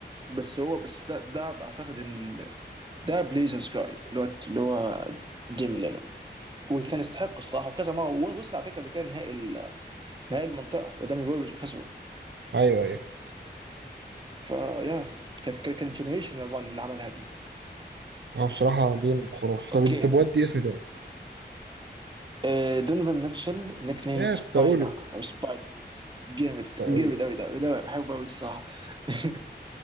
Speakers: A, on the right (about 25°); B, on the right (about 80°).
A: بس هو بس ده ده اعتقد ان ال- ده بليزرز جاي اللي هو اللي هو ديم ليلارد وكان يستحق الصراحه وكذا مره وصل على فكره قبل كده نهائي ال- نهائي المنطقه قدام الوريوز وخسروا
B: ايوه ايوه
A: فيا كان- كان- كانت جنريشن ران اللي عملها دي
B: هو بصراحه دين خرافي طب
A: اوكي
B: طب ودي اسم تاني
A: آه، دونيفان ميتشل نيك نيم
B: يا
A: سبايدر
B: كنت اقوله
A: او سبايدر جامد
B: كنت
A: جامد
B: اقوله
A: قوي ده لا بحبه قوي الصراحه <laughs>